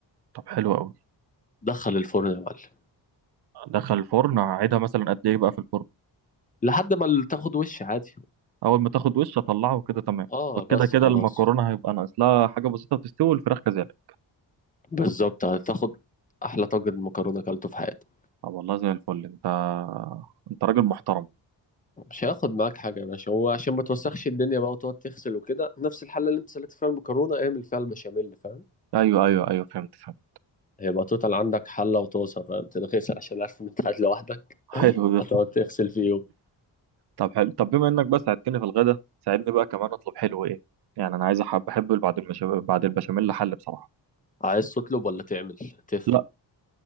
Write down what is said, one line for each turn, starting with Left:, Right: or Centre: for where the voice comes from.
Right: طب حلو قوي
Left: دخل الفرن يا معلم
Right: دخل الفرن اقعدها مثلا قد ايه بقى في الفرن
Left: لحد ما تاخد وش عادي
Right: اول ما تاخد وش اطلعه وكده تمام
Left: اه
Right: وكده
Left: بس
Right: كده
Left: خلاص
Right: المكرونه هيبقى ناقص لها حاجه بسيطه تستوي والفراخ كذلك
Left: بالظبط هتاخد احلى طاجن مكرونه اكلته في حياتك
Right: طب والله زي الفل انت انت راجل محترم
Left: مش هياخد معاك حاجه يا باشا هو عشان ما توسخش الدنيا بقى وتقعد تغسل وكده نفس الحله اللي انت سلقت فيها المكرونه اعمل فيها البشاميل فاهم
Right: ايوه ايوه ايوه فهمت فهمت
Left: هيبقى توتال عندك حله وطاسه فاهم تتغسل عشان عارف ان انت قاعد لوحدك
Right: <laughs> حلو ده
Left: هتقعد تغسل فيهم
Right: طب حلو طب بما انك بقى ساعدتني في الغدا ساعدني بقى كمان اطلب حلو ايه يعني انا عايز أحب- بحب بعد المشا... بعد البشاميل حل بصراحه
Left: عايز تطلب ولا تعمل تفرق
Right: لا